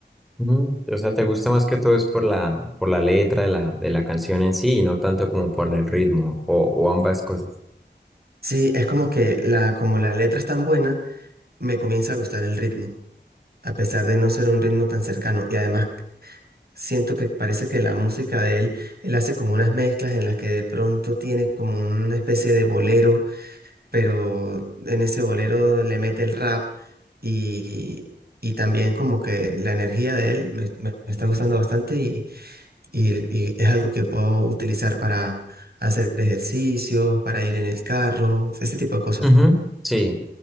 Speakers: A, in the centre; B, on the right.
A: Ujú, O sea, ¿te gusta más que todo es por la, por la letra de la, de la canción en sí y no tanto como por el ritmo o, o ambas cosas?
B: Sí, es como que la, como la letra es tan buena me comienza a gustar el ritmo, a pesar de no ser un ritmo tan cercano. Y además siento que parece que la música de él, él hace como unas mezclas en las que de pronto tiene como una especie de bolero, pero en ese bolero le mete el rap y, y también como que la energía de él me, me me está gustando bastante y, y, y es algo que puedo utilizar para hacer ejercicio, para ir en el carro, ese tipo de cosas.
A: Ujú, Sí,